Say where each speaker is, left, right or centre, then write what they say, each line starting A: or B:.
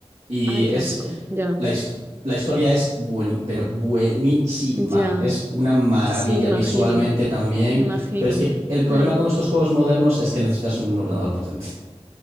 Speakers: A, on the right (about 75°); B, on the right (about 20°).
A: Y
B: Ay, qué
A: es
B: asco. Ya,
A: la, hist- la historia es bueni- pero buenísima.
B: ya.
A: Es una maravilla
B: Sí, imagino,
A: visualmente también.
B: imagino.
A: Pero es que el problema
B: Mm.
A: con estos juegos modernos es que necesitas un ordenador potente.